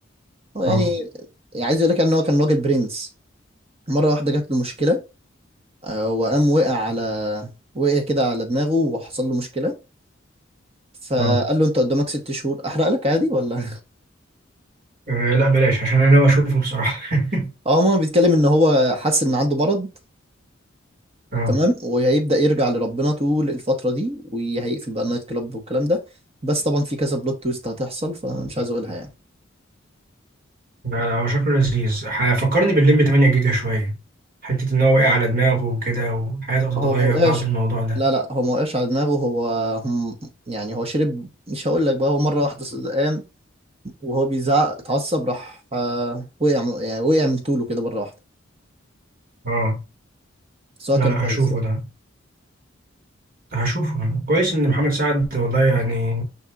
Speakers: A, on the right (about 30°); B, on the right (about 45°).
A: هو يعني
B: اه
A: عايز يقول لك يعني ان هو كان راجل برنس مرة واحدة جات له مشكلة آه وقام وقع على وقع كده على دماغه وحصل له مشكلة فقال
B: اه
A: له انت قدامك ست شهور احرق لك عادي ولا
B: آه لا بلاش عشان انا ناوي اشوفه بصراحه <laughs>
A: <laughs> اه ماما بيتكلم ان هو حاسس ان عنده مرض
B: اه
A: تمام وهيبدأ يرجع لربنا طول الفترة دي وهيقفل بقى النايت كلاب والكلام ده بس طبعا في كذا بلوت تويست هتحصل فمش عايز اقولها يعني
B: ده هو شكله لذيذ ح- فكرني بالليمبي 8 جيجا شويه حته ان هو واقع على دماغه وكده وحياته هتتغير
A: هو ما وقعش
B: بعد الموضوع ده
A: لا لا هو ما وقعش على دماغه هو هم يعني هو شرب مش هقول لك بقى هو مرة واحدة ص- قام وهو بيزعق اتعصب راح آه وقع من- يعني وقع من طوله كده مرة واحدة
B: اه
A: بس هو
B: لا
A: كان
B: لا
A: كويس
B: هشوفه ده هشوفه كويس ان محمد سعد والله يعني